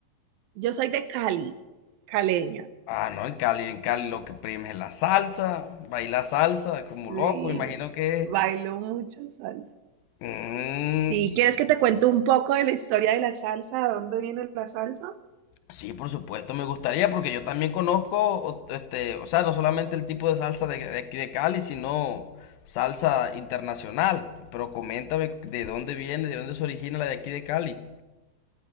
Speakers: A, on the right (about 80°); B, on the left (about 80°).
A: Yo soy de Cali, caleña,
B: Ah, no, en Cali, en Cali lo que prima es la salsa, bailar salsa como
A: y
B: loco, imagino que...
A: bailo
B: es.
A: mucho salsa.
B: mm,
A: Si quieres que te cuente un poco de la historia de la salsa, ¿de dónde viene la salsa?
B: Sí, por supuesto, me gustaría porque yo también conozco, o- este, o sea, no solamente el tipo de salsa de, de aquí de Cali, sino salsa internacional. Pero coméntame de dónde viene, de dónde se origina la de aquí de Cali.